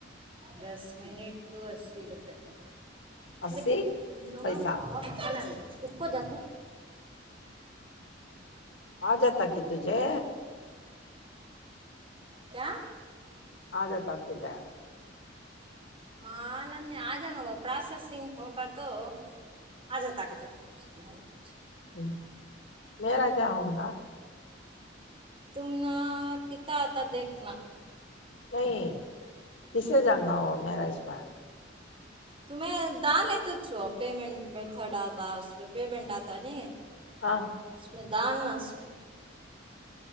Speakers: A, on the right (about 30°); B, on the left (about 75°).
A: دس منٹ کو اسی روپئے
B: اسی
A: دک لوگا
B: پیسہ
A: ہم کہ کو جات
B: آ جات ت کت <unintelligible> تھے
A: کیا
B: آ جا تو جیا <unintelligible>
A: مالان آجان وہ پرسسگ ہوگت تو تو آچ جا تقات ج <inaudible>
B: ہ میرا کیا ہووںگا
A: تم نے کتنا آتا دیکھنا
B: نہیں کسے
A: ہ
B: جاننا اور ماراجبا
A: تمیں دان توچ پمینٹ متھڈ آتا پیمنٹ آتا نہیں
B: ہاں
A: م میںیدان ناسوں